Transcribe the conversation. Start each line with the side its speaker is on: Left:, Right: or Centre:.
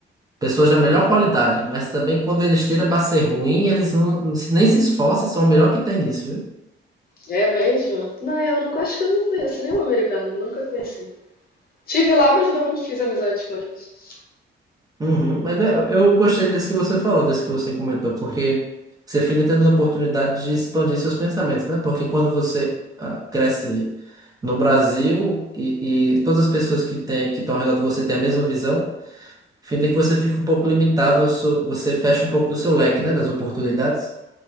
Right: pessoas da melhor qualidade, mas também quando eles tiram para ser ruim, eles não, não se- nem se esforçam, e são o melhor que tem nisso,
Left: É mesmo? Não, eu não acho que eu não conheço nenhum americano, nunca conheci. Tive lá, mas não fiz amizade com eles.
Right: Uhum, mas é, eu gostei desse que você falou, desse que você comentou, porque você fica tendo a oportunidade de expandir seus pensamentos, né? Porque quando você ah, cresce no Brasil e, e todas as pessoas que têm, que estão ao redor de você têm a mesma visão, fica que você fica um pouco limitado, ao seu- você fecha um pouco do seu leque, né? Das oportunidades